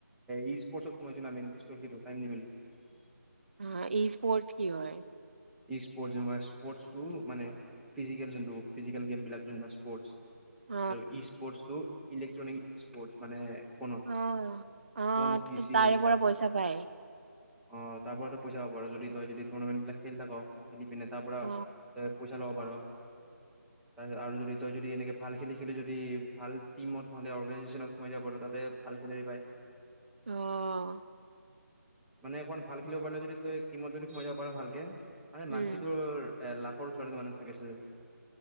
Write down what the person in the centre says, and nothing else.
এই-স্প'ৰ্টত সোমাইছো না মেইন কেচটো হ'ল টাইম নিমিলে
ইস্পৰ্ট যেনেকুৱা ইস্পৰ্টো মানে, ফিজিকেলি যোনটো ফিজিকেল গেমবিলাক যোনবিলাক স্পৰ্ট
আৰু ইস্পৰ্টছটো ইলেকট্ৰনিক স্পৰ্ট মানে ফোনত
ফোন পি চি
এনেকুৱা
অ, তাৰ পৰাতো পইচা হব, আৰু যদি তই যদি টুৰ্ণামেণ্ট বিলাক খেলি থাক। খেলি পিনে তাৰ পৰা
তই পইচা ল'ব পাৰ। তাৰপিছত আৰু যদি তই যদি এনেকে ভাল খেলি-খেলি যদি ভাল টিমত নহলে অৰ্গেনাইজেচনত সোমাই যাব পাৰ, তাতে ভাল চেলেৰী পায়।
মানে, অকমান ভাল খেলিব পাৰিলে যদি তই টিমত যদি সোমাই যাব পাৰ ভালকে মানে
মান্থলি তোৰ এ লাখৰ ওচৰতে মানে থাকে চেলেৰী।